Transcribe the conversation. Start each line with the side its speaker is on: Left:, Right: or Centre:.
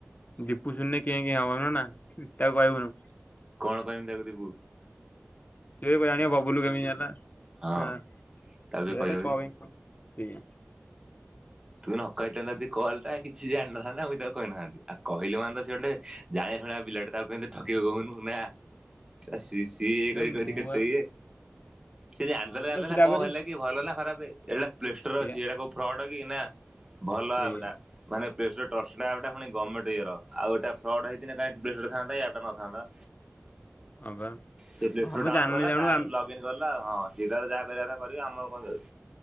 Left: ଦୀପୁ ଶୁଣିଲେ କେଁ କେଁ ହବ ନନା ହୁଁ ତାକୁ କହିବୁନୁ।
Right: କଣ କହବିନି ତାକୁ ଦିିପୁକୁ?
Left: ସିଏ କୁଆଡେ ଜାଣିବ ବବୁଲୁ କେମେତି ଜାଣିଲା
Right: ହଁ
Left: ହୁଁ ସିଏ
Right: ତାକୁ ଟିକେ କହିବ
Left: ତ କଣ ପାଇଁ କି ସିଏ
Right: ତୁ ନ କହିଥାନ୍ତୁ ଯଦି କଲଟା କିଛି ଜାଣିିନଥାଆନ୍ତା ମୁଁ ବି ତାକୁ କହିନଥାଆନ୍ତି ଆଉ କହିଲୁ ମାନେ ତ ସିଏ ଗୋଟେ ଜାଣିବା ଶୁଣିବା ପିଲାଟା ତାକୁ କେମତି ଠକିବି କହୁନୁ ନା ଶଳା ସିସ ସିଏ ଇଏ କରି
Left: ଏ ମୁଁ
Right: କରିି କେତେ
Left: ବା
Right: ଇଏ। ସେ ଜାଣିଦେଲା
Left: ହଁ
Right: ଜାଣିଦେଲା
Left: ଗୋଟେ ତାପରେ
Right: କଣ ହେଲା କି ଭଲ ନା ଖରାପେ ଏଇଟା ପ୍ଲେ ଷ୍ଟୋର
Left: ସେଇଆ
Right: ଅଛି ଇଟା କୋଉ ଫ୍ରଡ କି ନା। ଭଲ
Left: ସେଇଆ
Right: ଆପଟା। ମାନେ ପ୍ଲେ ଷ୍ଟୋର ଟ୍ରଷ୍ଟଟେଡ୍ ଆପଟା ଫୁଣି ଗମେଣ୍ଟ ଇଏ ର ଆଉ ଏଟା ଫ୍ରଡ ହେଇଥିନେ କାଇଁ ପ୍ଲେ ଷ୍ଟୋରରେ ଥାଆନ୍ତା ଏଇ ଆପ ଟା ନଥାନ୍ତା।
Left: ହଁ ବା
Right: ସେ ପ୍ଲେ
Left: ହଁ
Right: ଷ୍ଟୋରରୁ
Left: ମୁଁ
Right: ଡାଉନଲୋଡ
Left: ଜାଣିନି
Right: କଲା
Left: ଜାଣୁ
Right: ତାର
Left: ଆମ
Right: ଲକ୍ ଇନ୍ କଲା ଆଉ ହଁ ସିଏ ତାର ଯାହା କରିଆ କଥା କରିବେ ଆମର କଣ ଯାଉଛି।